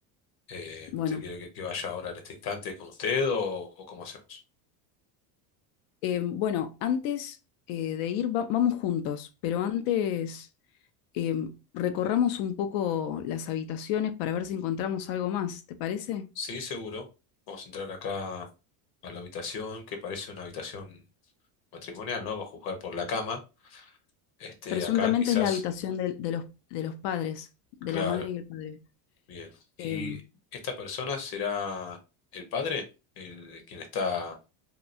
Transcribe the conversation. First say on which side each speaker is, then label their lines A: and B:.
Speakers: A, on the left; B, on the left.
A: Eh,
B: Bueno,
A: ¿usted quiere que, que vaya ahora en este instante con usted o, o cómo hacemos?
B: eh, bueno, antes eh, de ir, va- vamos juntos, pero antes eh, recorramos un poco las habitaciones para ver si encontramos algo más, ¿te parece?
A: Sí, seguro. Vamos a entrar acá a la habitación, que parece una habitación matrimonial, ¿no? Va a juzgar por la cama. Este,
B: Presuntamente
A: acá quizás,
B: es la habitación del- de, los, de los padres, de
A: claro,
B: la madre y el padre.
A: bien.
B: Eh,
A: ¿Y esta persona será el padre? ¿El quien está